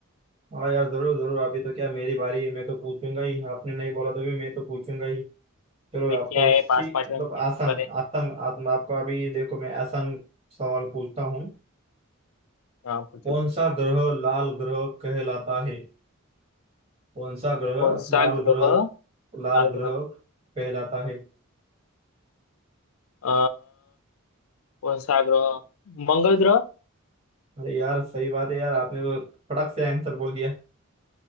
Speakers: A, on the right; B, on the left.
A: हाँ यार जरूर जरूर अभी तो क्या मेरी बारी है मैं तो पूछूंगा ही आपने नहीं बोला तो भी मैं तो पूछूंगा ही चलो
B: अभी
A: आपको
B: क्या है
A: सी
B: पांच पांच
A: मतलब
B: रंग के
A: आसान
B: नंबर है
A: आसान आप, आपको अभी देखो मैं आसान सवाल पूछता हूँ
B: हाँ पूछो
A: कौन सा ग्रह लाल ग्रह कहलाता है कौन सा ग्रह
B: कौन सा
A: लाल
B: ग्रह
A: ग्रह लाल
B: लाल
A: ग्रह
B: ग्रह
A: कहलाता है
B: अ, कौन सा ग्रह मंगल ग्रह
A: अरे यार सही बात है यार आपने तो फटक से आंसर बोल दिया